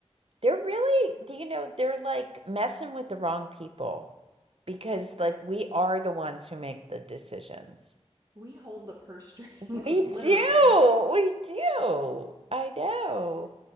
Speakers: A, on the right; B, on the right.
A: They're really, do you know, they're like messing with the wrong people because
B: I,
A: like we are the ones who make the decisions.
B: we hold the purse <laughs> strings
A: We
B: literally.
A: do. We do. I know.